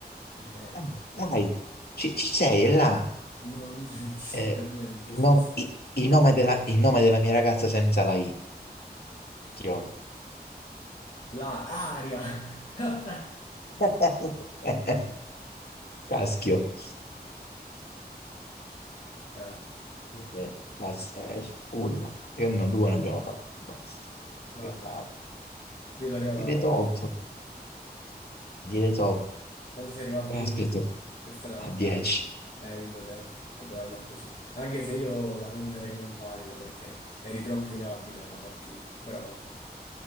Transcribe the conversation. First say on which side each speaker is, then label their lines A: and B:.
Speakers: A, on the left; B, on the left.
A: il vento.
B: Eh, Dai, ci, ci sei, è là.
A: E no, non <laughs> ci non ci
B: eh,
A: sono per niente.
B: il,
A: Spost-
B: no- i- il nome della, il nome della mia ragazza senza la I. Schio.
A: la- aria! <laughs>
B: <laughs> Caschio.
A: Ah,
B: Eh, Basta, eh, uno, perché no, due ne abbiamo fatti, basta.
A: vabbè,
B: Peccato.
A: io sono arrivato
B: Dire
A: a 8.
B: top, dire top.
A: Quando sei arrivato
B: Eh,
A: tu?
B: aspetta,
A: Questa era
B: a
A: la
B: 10.
A: bella. Hai vinto te. E doveva andare così. Anche se io la conterei non valida perché eri troppo inabile alla partita. Però vabbè.